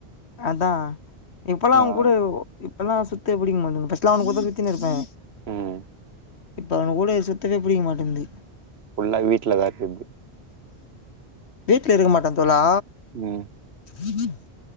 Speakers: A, on the left (about 85°); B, on the right (about 75°).
A: அதா இப்பலா
B: அதனால
A: அவுனுங் கூட இப்பலா சுத்த புடிக் மாட்டேங்து ஃபஸ்ட்லா அவுனுங் கூடத்தா சுத்தினிருப்பே
B: ம்
A: இப்ப அவனுங் கூட சுத்தவே பிடிக்க மாட்டேந்து
B: ஃபுல்லா வீட்லதா இக்குது
A: வீட்ல இருக்க மாட்டந் தோழா
B: ம்
A: <inaudible>